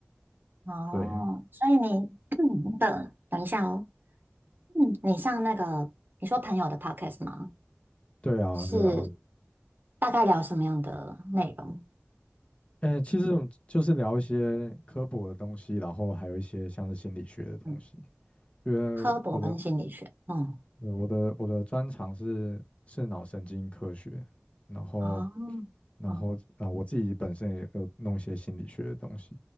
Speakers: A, on the right; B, on the left.
A: 哦，
B: 对，
A: 所以你 <clears throat> 那个，等一下哦，嗯，你上那个，你说朋友的 podcast 吗？
B: 对啊，
A: 是
B: 对啊。
A: 大概聊什么样的内容？
B: 嗯，其实就是聊一些科普的东西，然后还有一些像是心理学的东西。
A: 嗯，
B: 因为我的
A: 科博跟心理学，嗯，
B: 呃，我的我的专长是是脑神经科学，然后
A: 哦，
B: 然后啊，
A: 哦，
B: 呃我自己本身也有弄一些心理学的东西，